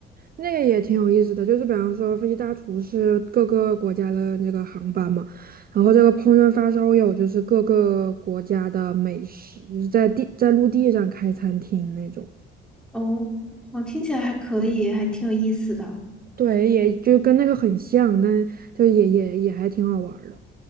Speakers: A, on the right; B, in the centre.
A: 那个也挺有意思的。就是比方说，《飞机大厨是各个国家的那个航班嘛，然后这个“烹饪发烧友”就是各个国家的美食，就是在地在陆地上开餐厅那种。
B: 哦，我听起来还可以，还挺有意思的。
A: 对，也就跟那个很像，但就也也也还挺好玩儿的。